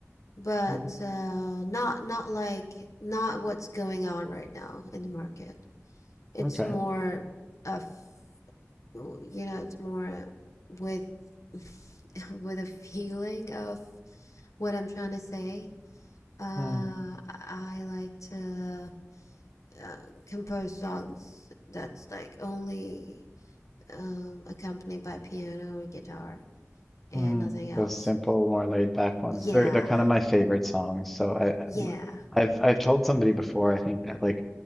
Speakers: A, on the left; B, in the centre.
A: But
B: mm,
A: uh not not like not what's going on right now in the market. It's
B: okay.
A: more of well, you know, it's more with <laughs> with a feeling of what I'm trying to say. Uh,
B: Mm,
A: I I like to uh, compose songs that's like only um, accompanied by piano or guitar and
B: mm.
A: nothing else.
B: Those simple, more laid back ones.
A: Yeah,
B: They're they're kind of my favorite songs. So I
A: yeah.
B: m- I've I've told somebody before I think that like